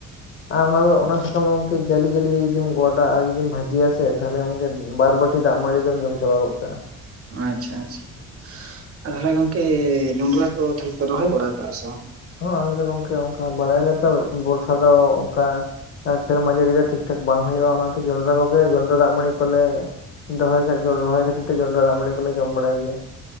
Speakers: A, on the left; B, on the right.
A: ᱟᱨ ᱚᱱᱟᱫᱚ ᱚᱱᱟ ᱜᱚᱝᱠᱮ ᱡᱟᱹᱞᱤ ᱡᱟᱹᱞᱤ ᱨᱮ ᱡᱩᱫᱤᱢ ᱜᱚᱫᱟ ᱟᱨ ᱡᱩᱫᱤᱢ ᱵᱷᱟᱹᱡᱤᱭᱟ ᱥᱮ ᱛᱟᱦᱚᱞᱮ ᱜᱚᱝᱠᱮ ᱵᱟᱨ ᱵᱟᱹᱴᱤ ᱫᱟᱜ ᱢᱟᱲᱤ ᱫᱚᱢ ᱡᱚᱢ ᱪᱟᱵᱟ ᱜᱚᱜ ᱠᱟᱜᱼᱟ ᱾
B: ᱟᱪᱪᱷᱟ ᱟᱪᱪᱷᱟ ᱾ ᱛᱟᱦᱚᱞᱮ ᱜᱚᱝᱠᱮ ᱡᱚᱸᱰᱽᱨᱟ ᱠᱚ ᱛᱟᱦᱚᱞᱮ ᱯᱮ ᱨᱚᱦᱚᱭ ᱵᱟᱲᱟ ᱟᱠᱟᱜᱼᱟ ᱥᱮ ᱵᱟᱝ?
A: ᱦᱮ ᱟᱞᱮ ᱫᱚ ᱜᱚᱝᱠᱮ ᱚᱱᱠᱟ ᱵᱟᱲᱟᱭᱟᱞᱮ ᱛᱚ ᱵᱚᱨᱥᱟ ᱫᱚ ᱚᱱᱠᱟ, ᱟᱨ ᱥᱮᱨᱢᱟ ᱡᱟᱹᱲᱤ ᱫᱚ ᱴᱷᱤᱠ ᱴᱷᱟᱠ ᱵᱟᱝ ᱦᱩᱭᱩᱜᱼᱟ, ᱚᱱᱟᱛᱮ ᱡᱚᱸᱰᱽᱨᱟ ᱠᱚᱜᱮ ᱡᱚᱸᱰᱽᱨᱟ ᱫᱟᱜ ᱢᱟᱹᱲᱤ ᱠᱚᱞᱮ <unintelligible> ᱨᱚᱦᱚᱭ ᱠᱷᱟᱹᱛᱤᱨ ᱛᱮ ᱡᱚᱸᱰᱽᱨᱟ ᱫᱟᱜ ᱢᱟᱲᱤ ᱠᱚᱞᱮ ᱡᱚᱢ ᱵᱟᱲᱟᱭ ᱜᱮᱭᱟ ᱾